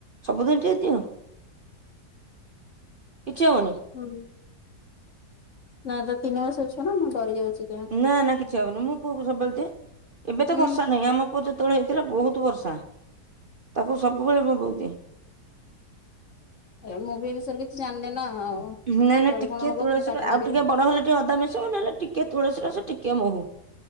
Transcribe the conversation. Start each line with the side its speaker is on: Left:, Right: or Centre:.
Right: ସବୁଦିନ ଟିକେ ଦିଅ। କିଛି ହବନି।
Left: ହୁଁ, ନା ଏଟା ତିନି ମାସର ଛୁଆ ନା, ମୁଁ ଡରି ଯାଉଚି।
Right: ନା ନା, କିଛି ହବନି, ମୋ ପୁଅକୁ ସବୁବେଳେ ଦିଏ। ଏବେ ତ
Left: ହୁଁ
Right: ବର୍ଷା ନାହିଁ ଆମ ପୁଅ ଯେତେବେଳେ ହେଇଥିଲା, ବହୁତ ବର୍ଷା, ତାକୁ ସବୁବେଳେ ମୋ ବୋଉ ଦିଏ।
Left: ଏ ମୁଁ ବି ଏ ବିଷୟରେ କିଛି ଜାଣିନି ନା ଆଉ।
Right: ନାଇଁ ନାଇଁ
Left: କୁଆଡେ
Right: ଟିକେ
Left: କଣ ହବ
Right: ତୁଳସୀର
Left: ପୁଣି ପାଟି କରିବେ
Right: ଆଉ ଟିକେ ବଡ଼ ହେଲେ ଟିକେ ଅଦା ମିଶିବ, ନହେଲେ ଟିକେ ତୁଳସୀ ରସ ଟିକେ ମହୁ।